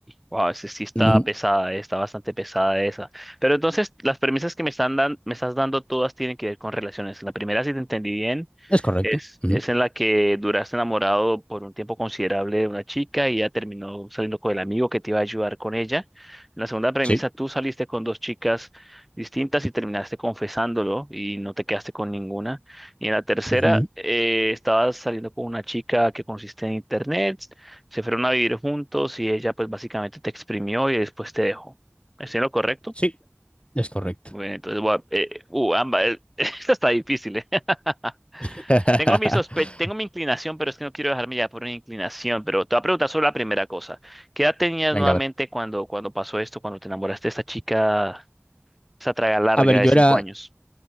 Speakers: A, in the centre; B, on the left (about 25°).
A: wow, ese sí está
B: Ujú,
A: pesada, eh, está bastante pesada esa. Pero entonces, las premisas que me están dan, me estás dando todas tienen que ver con relaciones. La primera, si te entendí bien,
B: Es correcto.
A: es,
B: Ujú,
A: es en la que duraste enamorado por un tiempo considerable de una chica y ya terminó saliendo con el amigo que te iba a ayudar con ella. La segunda premisa,
B: Sí.
A: tú saliste con dos chicas distintas y terminaste confesándolo y no te quedaste con ninguna. Y en la tercera,
B: ujú,
A: eh, estabas saliendo con una chica que consiste en internet. Se fueron a vivir juntos y ella pues básicamente te exprimió y después te dejó. ¿Estoy en lo correcto?
B: Sí, es correcto.
A: Bueno, entonces voy a- eh, uh, ambas, eh, <laughs> esta está difícil, eh. <laughs>
B: <laughs>
A: Tengo mi sospe tengo mi inclinación, pero es que no quiero dejarme ya por una inclinación, pero te voy a preguntar sobre la primera cosa. ¿Qué edad tenías
B: Venga,
A: nuevamente
B: a ver.
A: cuando, cuando pasó esto, cuando te enamoraste de esta chica, esa traga larga
B: A ver,
A: de
B: yo
A: cinco
B: era,
A: años?